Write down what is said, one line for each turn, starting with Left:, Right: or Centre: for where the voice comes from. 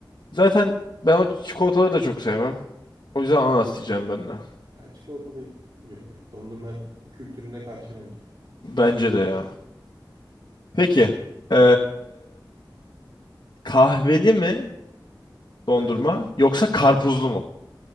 Left: Zaten ben o çikolataları da çok sevmem. O yüzden ananas
Right: Hı,
Left: diyeceğim
Right: evet.
Left: ben de.
Right: Ya, çikolatalıyım. Bilmiyorum ya. Dondurma kültürüne karşı bence.
Left: Bence de ya. Peki. e, kahveli mi dondurma
Right: Hı hı.
Left: yoksa karpuzlu mu?